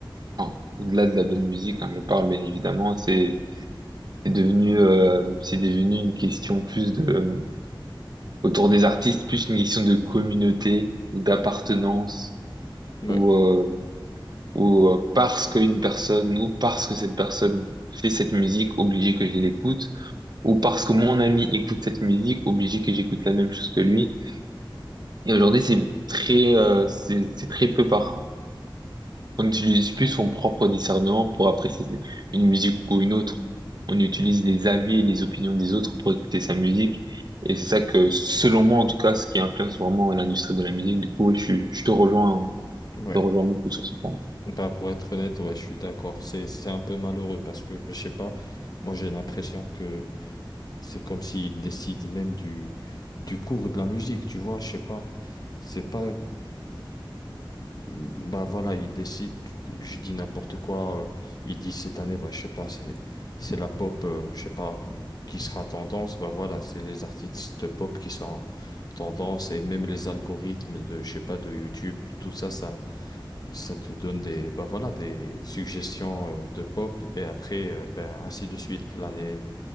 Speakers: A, on the right (about 55°); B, on the left (about 50°).
A: enfin, au-delà de la bonne musique, hein, je parle bien évidemment, c'est c'est devenu, euh, c'est devenu une question plus de euh, autour des artistes, plus une question de communauté ou d'appartenance
B: Ouais,
A: ou euh, ou euh, parce qu'une personne ou parce que cette personne fait cette musique, obligé que je l'écoute ou parce que mon ami écoute cette musique, obligé que j'écoute la même chose que lui. Et aujourd'hui, c'est très, euh, c'est c'est très peu par. On utilise plus son propre discernement pour apprécier une musique ou une autre. On utilise les avis et les opinions des autres pour écouter sa musique. Et c'est ça que, selon moi, en tout cas, ce qui influence vraiment l'industrie de la musique. Du coup, ouais, je, suis- je te rejoins,
B: ouais.
A: je te rejoins beaucoup sur ce point.
B: Bah, pour être honnête, ouais, je suis d'accord. C'est, c'est un peu malheureux parce que, je sais pas, moi j'ai l'impression que c'est comme s'ils décident même du, du cours de la musique, tu vois, je sais pas. C'est pas bah voilà, il décide, je dis n'importe quoi, euh, il dit cette année, bah je sais pas, c'est c'est la pop, euh, je sais pas, qui sera tendance, bah voilà, c'est les artistes de pop qui sont tendance et même les algorithmes de, je sais pas, de YouTube, tout ça, ça, ça te donne des, bah voilà, des suggestions euh, de pop et après, euh, ben ainsi de suite, l'année